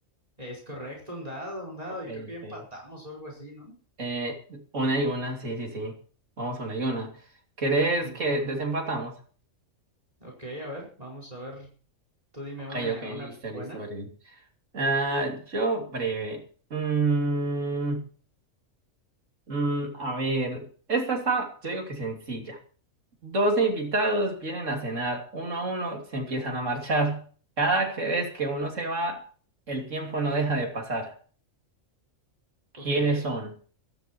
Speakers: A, on the right (about 25°); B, on the right (about 65°).
A: Es correcto, un dado, un dado.
B: Ok,
A: Y creo que
B: ok.
A: ya empatamos o algo así, ¿no?
B: Eh, una y una, sí, sí, sí. Vamos una y una. ¿Querés
A: Ujú.
B: que desempatamos?
A: Ok, a ver, vamos a ver. Tú dime
B: Ok,
A: una,
B: ok,
A: una
B: listo,
A: buena.
B: listo, breve. Ah, yo breve. Mm, mm, a ver, esta está, yo digo que sencilla. Dos invitados vienen a cenar, uno a uno se empiezan a marchar. Cada que- vez que uno se va, el tiempo no deja de pasar.
A: Ok.
B: ¿Quiénes son?